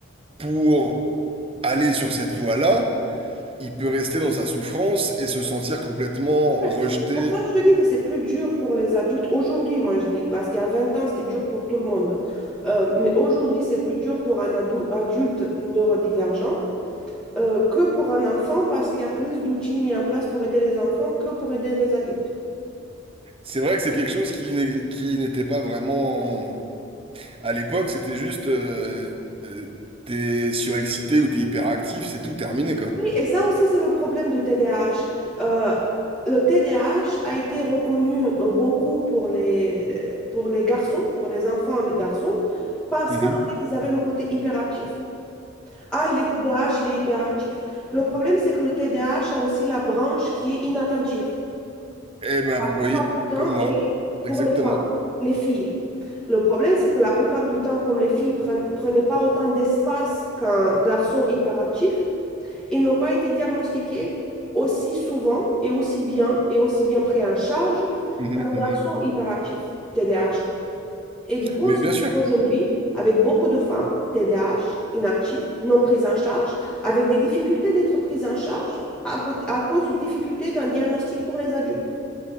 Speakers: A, on the right (about 30°); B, in the centre.
A: pour aller sur cette voie-là, il peut rester dans sa souffrance et se sentir complètement
B: Ouais,
A: rejeté.
B: C'est c'est pour ça que je te dis que c'est plus dur pour les adultes aujourd'hui, moi je dis, parce qu'il y a 20 ans, c'était dur pour tout le monde. Euh, mais aujourd'hui, c'est plus dur pour un adu- adulte neurodivergent euh, que pour un enfant, parce qu'il y a plus d'outils mis en place pour aider les enfants que pour aider les adultes.
A: C'est vrai que c'est quelque chose qui n'ex- qui n'était pas vraiment À l'époque, c'était juste euh, euh, t'es surexcité ou t'es hyperactif, c'est tout terminé, quoi.
B: Oui, et ça aussi, c'est le problème de TDAH. Euh, le TDAH a H a été reconnu euh, beaucoup pour les, pour les garçons, pour les enfants, et les garçons, parce
A: Mhm.
B: qu'en fait, ils avaient le côté hyperactif. Ah, il est TDAH, il est hyperactif. Le problème, c'est que le TDAH a H a aussi la branche qui est inattentive.
A: Eh ben
B: La plupart
A: oui,
B: du temps,
A: comme moi.
B: elle est
A: Exactement.
B: pour les femmes, les filles. Le problème, c'est que la plupart du temps, comme les filles ne prenaient pas autant d'espace qu'un garçon hyperactif, ils n'ont pas été diagnostiqués aussi souvent et aussi bien et aussi bien pris en charge
A: Mhm,
B: qu'un
A: mhm.
B: garçon hyperactif, TDAH. Et du coup,
A: Mais
B: on se
A: bien
B: retrouve
A: sûr,
B: aujourd'hui avec beaucoup de femmes, TDAH, inactives, non prises en charge, avec des difficultés d'être prises en charge à, co- à cause d'une difficulté d'un diagnostic pour les adultes.